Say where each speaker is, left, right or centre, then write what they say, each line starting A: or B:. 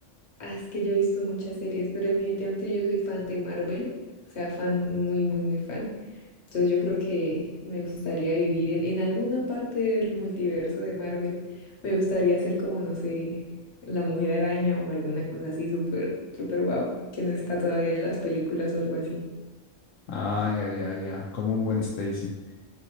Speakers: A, on the left; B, on the left.
A: Ah, es que yo he visto muchas series, pero definitivamente yo soy fan de Marvel, o sea, fan muy, muy, muy fan. Entonces yo creo que me gustaría vivir en, en alguna parte del multiverso de Marvel. Me gustaría ser como, no sé, la Mujer Araña o alguna cosa así súper, súper guau, que no está todavía en las películas o algo así.
B: Ah, ya, ya, ya, como un Gwen Stacy.